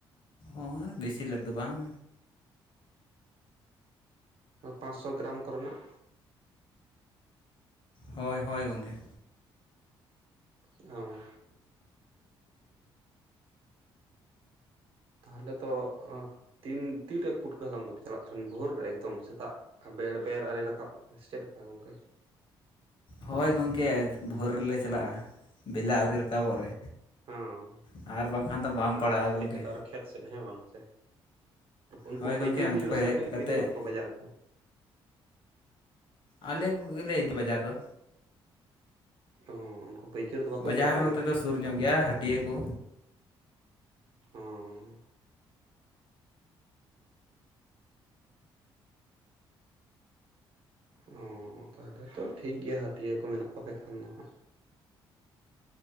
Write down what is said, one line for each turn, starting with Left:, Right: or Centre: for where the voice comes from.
Left: ᱦᱳᱭ ᱵᱮᱥᱤ ᱞᱟᱹᱠ ᱫᱚ ᱵᱟᱝ᱾
Right: ᱯᱟᱸᱥᱥᱳ ᱜᱨᱟᱢ ᱠᱚ ᱨᱮᱱᱟᱜ᱾
Left: ᱦᱳᱭ, ᱦᱳᱭ, ᱜᱚᱝᱠᱮ᱾
Right: ᱚ ᱛᱟᱦᱞᱮ ᱛᱚ ᱚ ᱛᱤᱱ ᱛᱤᱨᱮ ᱯᱷᱩᱴᱠᱟᱹ ᱦᱟᱞᱟᱝ ᱫᱚᱯᱮ ᱪᱟᱞᱟᱜ ᱛᱟᱦᱮᱱ, ᱵᱷᱳᱨ ᱨᱮ ᱮᱠᱫᱚᱢ ᱥᱮᱛᱟᱜ ᱵᱮᱲ ᱵᱮᱨ ᱟᱹᱣ ᱨᱤᱱ ᱨᱟᱠᱟᱵ? ᱱᱮᱥ ᱪᱮᱫ ᱞᱮᱠᱟ ᱜᱚᱝᱠᱮ?
Left: ᱦᱳᱭ ᱜᱚᱝᱠᱮ ᱵᱷᱳᱨ ᱨᱮᱞᱮ ᱪᱟᱞᱟᱜᱼᱟ, ᱵᱮᱞᱟ ᱟᱹᱣᱨᱤ ᱨᱟᱠᱟᱵᱚᱜ ᱨᱮ᱾
Right: ᱦᱚᱸ
Left: ᱟᱨ ᱵᱟᱝᱠᱷᱟᱱ ᱫᱚ ᱵᱟᱢ
Right: ᱦᱮᱸ,
Left: ᱯᱟᱲᱟᱜᱼᱟ
Right: ᱛᱟᱨᱯᱚᱨᱮ
Left: ᱜᱚᱢᱠᱮ
Right: ᱦᱮᱡ ᱠᱟᱛᱮᱫ ᱟᱨᱚ ᱠᱷᱮᱛ ᱥᱮᱫ, ᱦᱮᱸ ᱵᱟᱝ ᱥᱮ? ᱩᱱᱠᱩ
Left: ᱦᱳᱭ ᱜᱚᱢᱠᱮ
Right: ᱯᱟᱹᱭᱠᱟᱹᱨ ᱠᱚ
Left: ᱚᱱᱛᱮ
Right: ᱦᱤᱡᱩᱜᱼᱟ
Left: ᱠᱷᱚᱡ
Right: ᱥᱮ,
Left: ᱦᱮᱡ
Right: ᱟᱯᱮᱜᱮᱯᱮ
Left: ᱠᱟᱛᱮᱫ
Right: ᱤᱫᱤᱴᱚ ᱠᱟᱠᱚᱣᱟ ᱠᱚ ᱵᱟᱡᱟᱨ ᱨᱮᱫᱚ?
Left: ᱟᱞᱮ ᱠᱚᱜᱮᱞᱮ ᱤᱫᱤ ᱵᱟᱡᱟᱨ ᱫᱚ᱾
Right: ᱚᱸ ᱩᱱᱠᱩ ᱯᱟᱹᱭᱠᱟᱹᱨ ᱫᱚ ᱵᱟᱠᱚ
Left: ᱵᱟᱡᱟᱨ
Right: ᱦᱤᱡᱩᱜᱼᱟ ᱟᱹᱛᱩ
Left: ᱦᱚ ᱱᱚᱛᱮ
Right: ᱟᱹᱛᱩ
Left: ᱫᱚ ᱥᱩᱨ ᱧᱚᱜ ᱜᱮᱭᱟ, ᱦᱟᱹᱴᱤᱭᱟᱹᱟᱹ ᱠᱚ᱾
Right: ᱦᱚᱸ᱾ ᱦᱚᱸ ᱛᱟᱦᱚᱞᱮ ᱛᱚ ᱴᱷᱤᱠ ᱜᱮᱭᱟ, ᱦᱟᱹᱴᱤᱭᱟᱹ ᱠᱚ ᱢᱮᱱᱟᱜ ᱛᱟᱯᱮ ᱠᱷᱟᱱ ᱫᱚ ᱦᱟᱸᱜ᱾